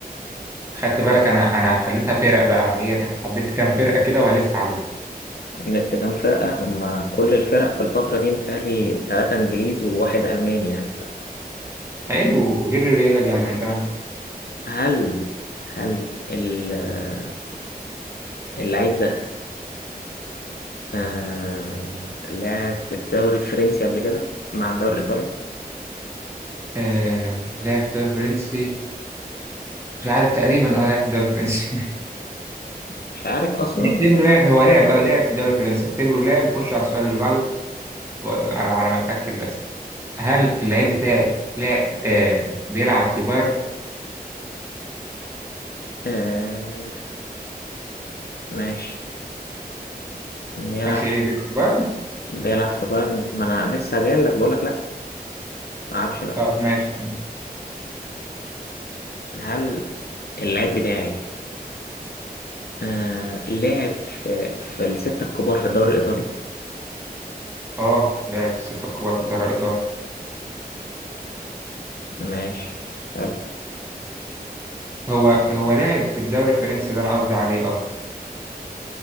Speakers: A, on the right; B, on the left.
A: خدت بالك انا انا خليتها فرق بقى يعني ايه حددت كام فرقه كده وهلف عليه
B: جبت كام فرقة هما كل الفرق في الفترة دي متهيألي تلاتة إنجليز وواحد ألماني يعني
A: حلو غير الريال يعني تمام
B: هل هل ال- آه، اللعيب ده آه لعب في الدوري الفرنسي قبل كده مع الدوري الإيطالي
A: آه لعب في الدوري الفرنسي مش عارف تقريبا اه لعب في الدوري الفرنسي <laughs>
B: مش عارف أصلا
A: اعتبره لعب هو لعب اه لعب في الدوري الفرنسي اعتبره لعب وخش على السؤال اللي بعده و- على على ما اتاكد بس هل اللعيب بتاعي لاعب آه بيلعب في بايرن
B: آه ماشي بيلعب
A: ماشي ايه بيلعب في بايرن
B: بيلعب في بايرن ما أنا لسه جاي لك بقول لك لأ ما أعرفش لأ
A: طب ماشي
B: هل اللعيب بتاعي آه لعب في, في الستة الكبار في الدوري الإيطالي
A: اه لعب في ستة كبار في دوري ايطاليا
B: ماشي حلو
A: هو هو لعب في الدوري الفرنسي ده انا قصدي عليه اه